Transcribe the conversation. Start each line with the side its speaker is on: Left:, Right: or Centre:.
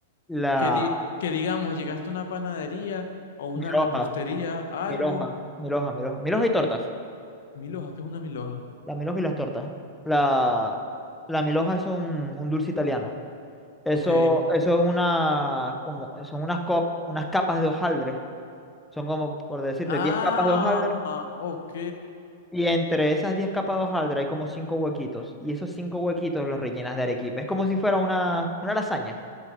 Centre: la
Left: Que di- que digamos, llegaste a una panadería o una
Centre: Miloja,
Left: repostería, algo.
Centre: Miloja, Miloja, Miloja, Miloja y tortas.
Left: Milhoja, ¿qué es una milhoja?
Centre: La Miloja y las tortas. La, la Miloja es un, un dulce italiano. Eso,
Left: Ok.
Centre: eso es una, como, son unas, cop- unas capas de hojaldre. Son como, por decirte,
Left: Ah,
Centre: 10 capas de hojaldre.
Left: ah, ok.
Centre: Y entre esas diez capas de hojaldre hay como 5 huequitos. Y esos 5 huequitos los rellenas de arequipe. Es como si fuera una, una lasaña.